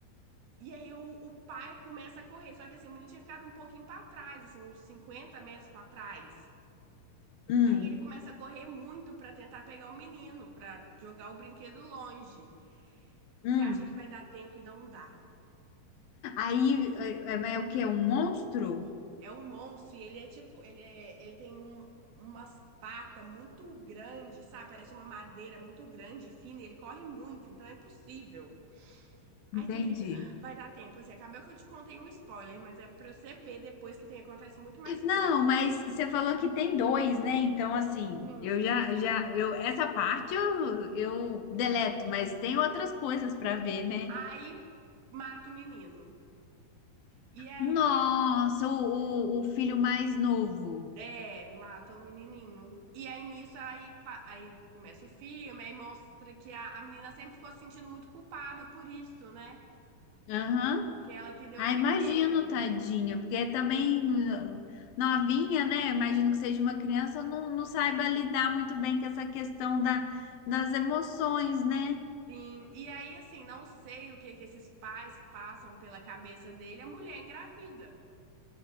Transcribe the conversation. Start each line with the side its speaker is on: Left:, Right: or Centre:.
Right: E aí o, o pai começa a correr, só que assim, o menino tinha ficado um pouquinho pra trás, assim, uns 50 metros pra trás.
Left: Hum,
Right: Aí ele começa a correr muito pra tentar pegar o menino, pra jogar o brinquedo longe.
Left: hum.
Right: Você acha que vai dar tempo e não dá.
Left: Aí é, é- é o quê? Um monstro?
Right: Menino É um monstro e ele é tipo, ele é, ele tem um- umas patas muito grandes, sabe? Parece uma madeira muito grande e fina, e ele corre muito, então é impossível. Aí
Left: Entendi.
Right: você fica, "Ah, vai dar tempo, assim, acabou que eu te contei um spoiler, mas é pra você ver depois que tem, acontece muito mais coisa.
Left: Não, mas você falou que tem dois, né? Então, assim,
Right: Hum.
Left: eu já, já, eu, essa parte eu, eu deleto, mas tem outras coisas para ver, né?
Right: Aí mata o menino. E aí,
Left: Nossa, o, o, o filho mais novo.
Right: é, mata o menininho. E aí nisso, aí, pa- aí começa o filme, aí mostra que a, a menina sempre ficou se sentindo muito culpada por isso, né?
Left: Aham.
Right: Porque ela que deu
Left: Ah,
Right: o brinquedo.
Left: imagino, tadinha, porque também uh, novinha, né? Imagino que seja uma criança, não, não saiba lidar muito bem com essa questão da, das emoções, né?
Right: Sim. E aí, assim, não sei o que que esses pais passam pela cabeça dele, a mulher é engravida.